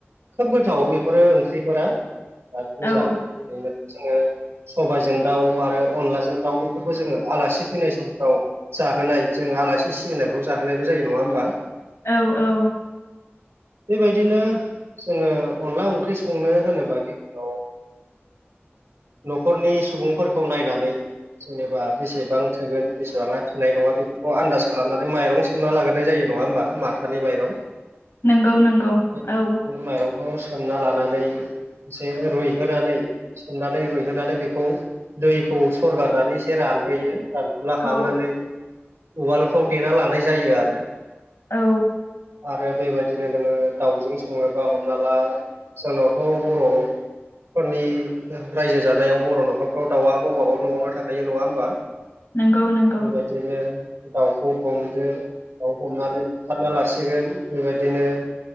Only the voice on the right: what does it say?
खोब गोथाव बेफोरो ओंख्रिफोरा <unintelligible>
मोजां। ओरैनो जोङो सबायजों दाउ आरो अनलाजों दाउ बेफोरखौ जोङो आलासि फैनाय समफ्राव जाहोनाय जोङो आलासि सिबिनायफ्राव जाहोनायबो जायो नङा होमबा?
बेबायदिनो जोङो अनला ओंख्रि संनो होनोबा गिबियाव न'खरनि सुबुंफोरखौ नायनानै जेनेबा बेसेबां थोगोन बेसेबाङा थोनाय नङा बेफोरखौ आन्दाज खालामनानै माइरं सोमना लागोरनाय जायो। नङा होनबा माथानि माइरं
<unintelligible>
माइरंखौ सोमना लानानै एसे रुइहोनानै सोमनानै रुइहोनानै बेखौ दैखौ सरगारनानै एसे रानहोयो। दानफुला खालामनानै
उवालफ्राव देना लानाय जायो आरो।
आरो बेबायदिनो नोङो दाउजों सङोबा हमना ला जोंनावथ' बर' फोरनि रायजो जानायाव बर' न'खरफ्राव दाउआ गावबागाव न'आवनो थाखायो नङा होमबा?
बेबायदिनो दाउखौ हमदो दाउ हमनानै बुथारना लासिगोन बेबायदिनो